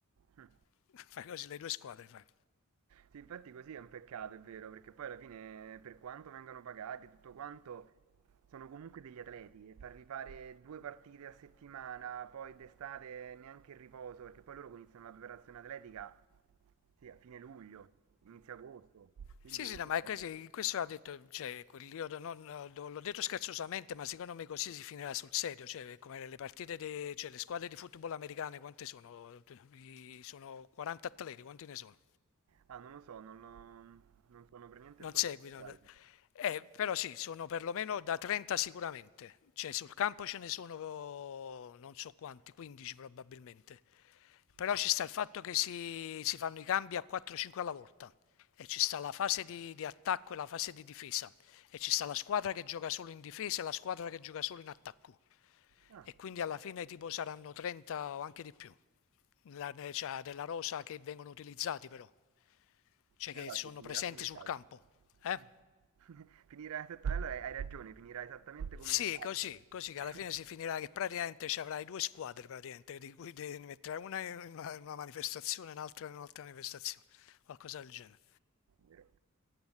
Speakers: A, on the right (about 70°); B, on the left (about 65°).
A: Mh.
B: <laughs> Fai così le due squadre, fai.
A: Sì, infatti così è un peccato, è vero, perché poi alla fine per quanto vengano pagati e tutto quanto, sono comunque degli atleti e farli fare 2 partite a settimana, poi d'estate neanche il riposo, perché poi loro iniziano la preparazione atletica Sì, a fine luglio, inizio agosto, quindi
B: Sì, sì,
A: comunque...
B: no, ma è così, questo ha detto, cioè, quel- io non- no, do- l'ho detto scherzosamente, ma secondo me così si finirà sul serio, cioè, come le partite, de- cioè, le squadre di football americane, quante sono? I- Sono 40 atleti, quanti ne sono?
A: Ah, non lo so, non, lo- non sono per niente
B: non
A: informato,
B: seguono.
A: sai.
B: Eh, però sì, sono perlomeno da 30 sicuramente, cioè sul campo ce ne sono non so quanti, 15 probabilmente. Però
A: Ah,
B: ci sta il fatto che si, si fanno i cambi a 4-5 alla volta e ci sta la fase di, di attacco e la fase di difesa e ci sta la squadra che gioca solo in difesa e la squadra che gioca solo in attacco
A: ah,
B: e quindi alla fine tipo saranno 30 o anche di più la, cioè, della rosa che vengono utilizzati però, cioè
A: e
B: che
A: allora
B: sono
A: sì, finirà
B: presenti
A: come il
B: sul
A: calcio.
B: campo. Eh?
A: <laughs> Finirà esattamente, allora hai hai ragione, finirà esattamente come
B: Sì,
A: nel calcio.
B: così, così che
A: <laughs>
B: alla fine si finirà che praticamente ci avrai due squadre, praticamente, di cui devi mettere una in una, in una manifestazione e un'altra in un'altra manifestazione, qualcosa del genere.
A: Vero.